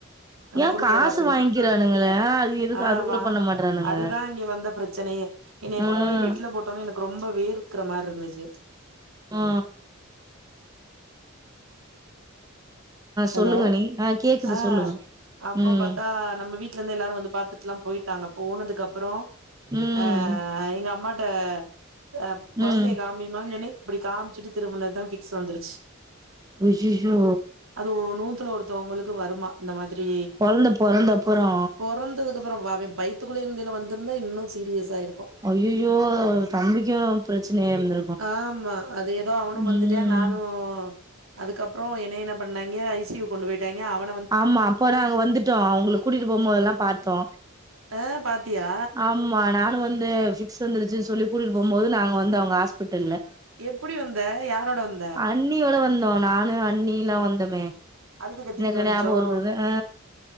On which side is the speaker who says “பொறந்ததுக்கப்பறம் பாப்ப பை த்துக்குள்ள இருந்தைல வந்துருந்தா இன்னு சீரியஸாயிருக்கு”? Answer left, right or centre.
Right